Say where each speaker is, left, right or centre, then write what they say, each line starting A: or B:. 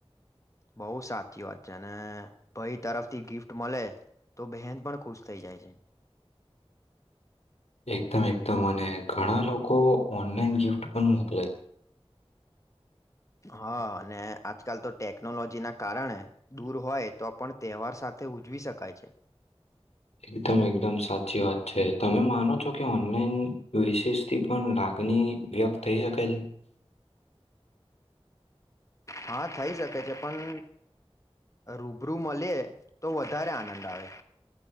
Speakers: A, on the left; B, on the left.
A: બઉ સાચી વાત છે, અને ભાઈ તરફથી ગિફ્ટ મળે તો બહેન પણ ખુશ થઈ જાય છે.
B: <inaudible> એકદમ એકદમ અને ઘણા લોકો ઓનલાઈન ગિફ્ટ પણ મોકલે <inaudible>
A: હા અને આજકાલ તો ટેકનોલોજી ના કારણે દૂર હોય તો પણ તહેવાર સાથે ઉજવી શકાય છે.
B: એકદમ એકદમ સાચી વાત છે, તમે માનો છો? કે ઓનલાઈન વિશેષથી પણ લાગણી વ્યક્ત થઈ શકે છે?
A: હા, થઈ શકે છે પણ રૂબરૂ મળે તો વધારે આનંદ આવે